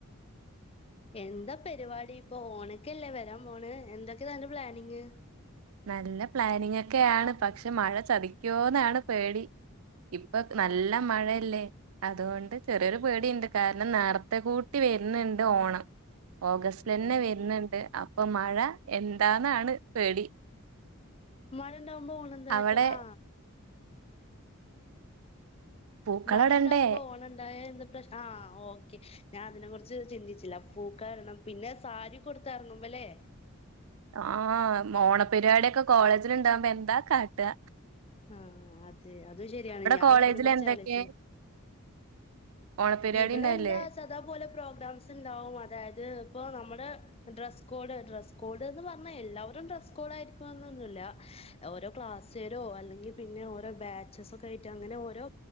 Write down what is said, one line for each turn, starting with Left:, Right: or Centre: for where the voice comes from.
Left: എന്താ പരിപാടി ഇപ്പൊ ഓണക്കല്ലേ വരാം പോണ് എന്തൊക്കെ നല്ല പ്ലാനിങ്
Right: നല്ല പ്ലാനിങ്‌ ഒക്കെയാണ് പക്ഷെ മഴ ചതിക്കോന്നാണ് പേടി ഇപ്പൊ നല്ല മഴയല്ലേ അതുകൊണ്ട് ചെറിയൊരു പേടുണ്ട് കാരണം നേരത്തെ കൂട്ടി വരുന്നുണ്ട് ഓണം ഓഗസ്റ്റിൽന്നെ
Left: ആഹ്
Right: വരുന്നുണ്ട് അപ്പൊ മഴ എന്താന്നാണ് പേടി
Left: മഴ ണ്ടാവുമ്പോ ഓണം ന്താ
Right: അവിടെ
Left: ആ
Right: പൂക്കളടണ്ടേ
Left: മഴ ഉണ്ടാവുമ്പോ ഓണം ഉണ്ടായ ന്ത ന്ത ആ ഓകെ ഞാൻ അതിനെ കുറിച്ച് ചിന്തിച്ചില്ല പൂക്ക ഇടണം പിന്നെ സാരി ഒക്കെ ഉടുത്ത് ഇറങ്ങുമ്പോല്ലേ
Right: ആ ഓണ പരിപാടി ഒക്കെ കോളേജ്യില് ഉണ്ടാവുമ്പോ എന്താ കഥാ
Left: ആ അതും ശെരിയാണ് ഞാൻ
Right: കോളേജിൽ
Left: അതിനെ കുറിച്
Right: എന്തൊക്കെ
Left: ആലോചിച്ചില്ല
Right: ഓണപരിപാടി
Left: ഇവിടെ
Right: ഉണ്ടായില്ലേ
Left: ന്താ സാധ പോലെ പ്രോഗ്രാംസ് ഉണ്ടാവും അതായത് ഇപ്പൊ നമ്മള് ഡ്രസ്സ്‌ കോഡ് ഡ്രസ്സ്‌ കോഡ് ന്ന് പറഞ്ഞ എല്ലാവരും ഡ്രസ്സ്‌ കോഡ് ആയിരിക്കുവൊന്നും അല്ല ഓരോ ക്ലാസ്സ്‌ കരോ അല്ലെങ്കി പിന്നെ ഓരോ ബാച്ചസ് ഒക്കെ ആയിട്ട് അങ്ങനെ ഓരോ